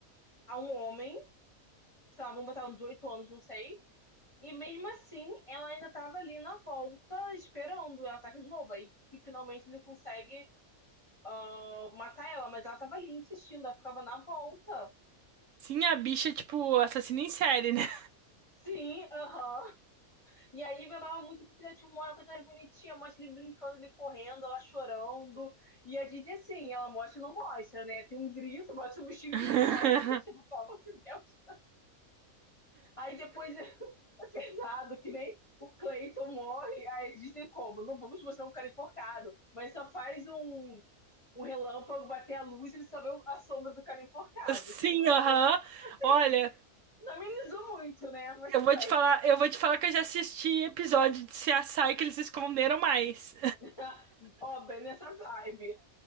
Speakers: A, on the left (about 30°); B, on the right (about 70°).
A: a um homem, sei lá, vamos botar uns oito anos, não sei. E mesmo assim, ela ainda tava ali na volta, esperando. Ela ataca de novo. Aí que finalmente ele consegue ah, matar ela, mas ela tava ali insistindo, ela ficava na volta.
B: Sim, a bicha é tipo assassina em série, né?
A: Sim, aham. E aí babava muito pro filhotinho Moana, uma coisa mais bonitinha, mostra ele brincando, ele correndo, ela chorando. E a Disney, assim, ela mostra e não mostra, né? Tem um grito, mostra o bichinho
B: <laughs>
A: gritando, <laughs> tipo, pelo amor de Deus. Aí depois é <laughs> é pesado, que nem o Clayton morre, aí a Disney como? Não vamos mostrar um cara enforcado, mas só faz um, um relâmpago bater a luz e ele só vê a sombra do cara enforcado.
B: Sim,
A: Que
B: aham.
A: assim,
B: Olha,
A: não amenizou muito, né? Mas
B: eu
A: tudo
B: vou
A: bem.
B: te falar, eu vou te falar que eu já assisti episódio de CSI que eles esconderam mais.
A: <laughs> Ó, bem nessa vibe.